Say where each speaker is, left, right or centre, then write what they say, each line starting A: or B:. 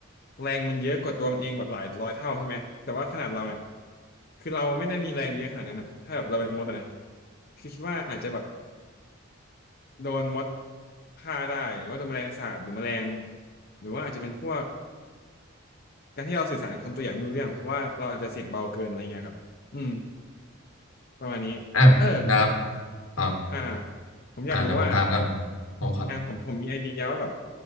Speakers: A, on the left; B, on the left.
A: แรงมันเยอะกว่าตัวมันเองแบบหลายร้อยเท่าใช่ไหมแต่ว่าขนาดเราเนี่ยคือเราไม่ได้มีแรงเยอะขนาดนั้นอะถ้าแบบเราเป็นมดอะนะคือคิดว่าอาจจะแบบ โดนมดฆ่าได้หรือว่าโดนแมลงสาบหรือแมลงหรือว่าอาจจะเป็นพวกการที่เราสื่อสารกับคนตัวใหญ่ไม่รู้เรื่อง เพราะว่าเราอาจจะเสียงเบาเกินอะไรเงี้ยครับอืมประมาณนี้เออ
B: อ่ะดับอ่ะ
A: อ่าผมอยากรู้ว่า
B: อ่ะเดี๋ยวผมถามก่อนผมขอ
A: อ่าผมผมมีไอเดียว่าแบบ